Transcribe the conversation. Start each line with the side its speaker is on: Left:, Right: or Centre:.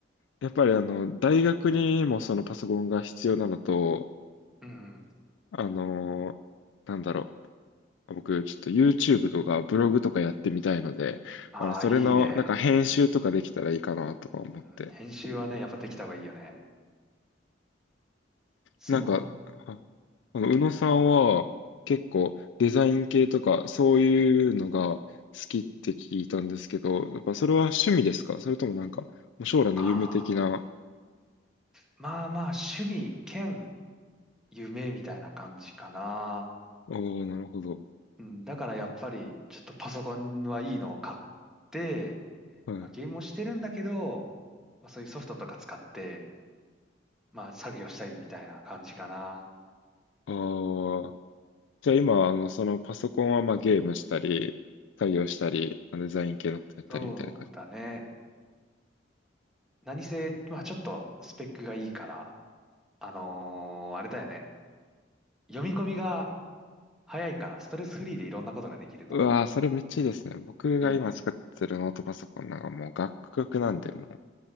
Left: やっぱり、あの、大学にもそのパソコンが必要なのと、
Centre: うん。
Left: あの、なんだろう僕、ちょっと YouTube とかブログとかやってみたいので、
Centre: ああ、
Left: あの、それの、
Centre: いいね。
Left: なんか編集とかできたらいいかなとか思って。
Centre: うん、編集はね、やっぱできた方がいいよね。そう。
Left: なんか、はあの、宇野さんは結構デザイン系とかそういうのが好きって聞いたんですけど、やっぱそれは趣味ですかそれともなんか、もう将来の夢的な。
Centre: ああ、まあまあ、趣味兼夢みたいな感じかな。
Left: おー、なるほど。
Centre: うん、だからやっぱり、ちょっとパソコンはいいのを買って、
Left: はい。
Centre: まあ、ゲームもしてるんだけど、まあ、そういうソフトとか使って、まあ、作業したりみたいな感じかな。
Left: ああ、じゃあ今、あの、そのパソコンはまあゲームしたり、作業したり、まあのデザイン系のことやったりみたいな感じ
Centre: そうだね。何せ、まあ、ちょっとスペックがいいから、あのーあれだよね。読み込みが早いから、ストレスフリーでいろんなことができるのが
Left: うわー、それめっちゃいいですね。僕が今使ってるノートパソコンなんかもうガックガクなんで、
Centre: いいよね。
Left: もう